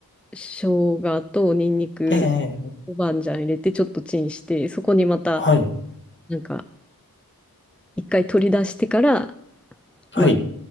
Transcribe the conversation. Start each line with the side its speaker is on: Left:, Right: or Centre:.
Centre: 生姜とニンニク、
Left: ええ。
Centre: 豆板醤入れて、ちょっとチンして、そこにまた、
Left: はい。
Centre: なんか、一回取り出してから、
Left: はい。
Centre: まあ、